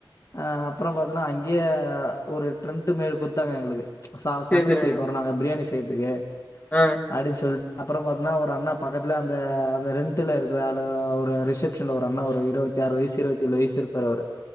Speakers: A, on the left; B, on the left.
A: ஆ அப்றோ பாத்தோன்னா அங்கேயே ஒரு டிரெண்ட் மாரி குடுத்தாங்க எங்களுக்கு ச
B: சேரி
A: சமையல்
B: சேரிங்க
A: செய்ய போறோ நாங்க பிரியாணி செய்யறதுக்கு
B: ஆ
A: அப்டின்னு சொல் அப்றோ பாத்தீன்னா ஒரு அண்ணா பக்கத்துல அந்த அந்த ரெண்ட்டுல இருக்கிற ஒரு ரேசிப் ப்ஷன்ல அண்ணா இருவத்தி ஆறு வயசு இருவத்தி ஏழு வயசு இருப்பாரு அவரு